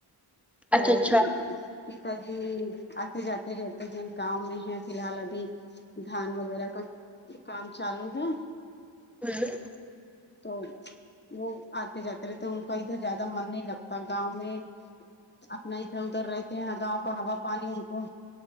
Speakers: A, on the left; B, in the centre.
A: تو
B: اچھا اچھا
A: <unintelligible> اتے جاتے رہتے جو گاؤں میں ہے فی الحال ابھی دھان وغیرہ کا کام چالو ہے
B: <inaudible>
A: تو وہ آتے جاتے رہتے ان کا ادھر زیادہ من نہیں لگتا گاؤں میں اپنا ادھر ادھر رہتے ہیں گاؤں کا ہوا پانی ان کو